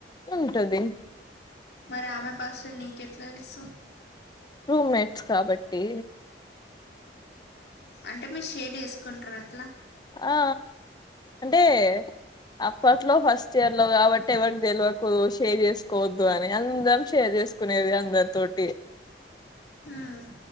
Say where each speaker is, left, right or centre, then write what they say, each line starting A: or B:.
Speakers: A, on the left; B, on the left.
A: ఉంటది
B: మరి ఆమె పాస్ నకట్లా తెలుసు
A: రూమ్ మేట్స్ కాబట్టి
B: అంటే మీరు షేర్ చేసుకుంటార అట్లా
A: ఆ అంటే అప్పట్లో ఫస్ట్ ఇయర్ లో కాబట్టి ఎవరికి తెలియకూదు షేర్ చేసుకోవద్దు అని అందరం షేర్ చేసుకునేది అందరి తటి
B: ఉమ్,